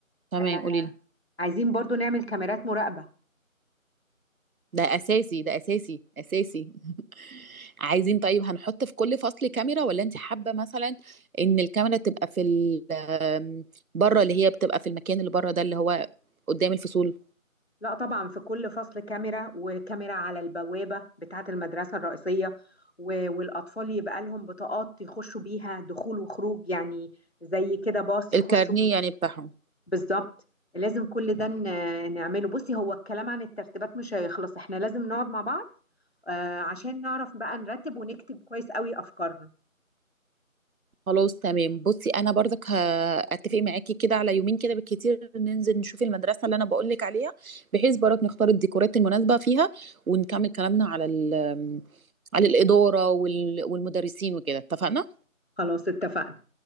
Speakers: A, on the right (about 80°); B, on the left (about 45°).
A: تمام
B: آه،
A: قولي لي
B: عايزين برضو نعمل كاميرات مراقبة
A: ده اساسي ده اساسي اساسي عايزين طيب هنحط في كل فصل كاميرا ولا انت حابة مثلا ان الكاميرا تبقى في ال- آمم، بره اللي هي بتبقى في المكان اللي بره ده اللي هو قدام الفصول
B: لا طبعا في كل فصل كاميرا وكاميرا على البوابة بتاعة المدرسة الرئيسية و- والأطفال يبقى لهم بطاقات يخشوا بيها دخول وخروج يعني زي كده باص يخشوا
A: الكارنيه
B: بيه
A: يعني بتاعهم
B: بالظبط لازم كل ده ن- نعمله بصي هو الكلام عن الترتيبات مش هيخلص احنا لازم نقعد مع بعض آه، عشان نعرف بقى نرتب ونكتب كويس قوي أفكارنا
A: خلاص تمام بصي انا برضك هاتفق معاكي كده على يومين كده بالكتير ننزل نشوف المدرسة اللي انا بقول لك عليها بحيث برضك نختار الديكورات المناسبة فيها ونكمل كلامنا على ال- آمم، على الإدارة وال- والمدرسين وكده اتفقنا
B: خلاص اتفقنا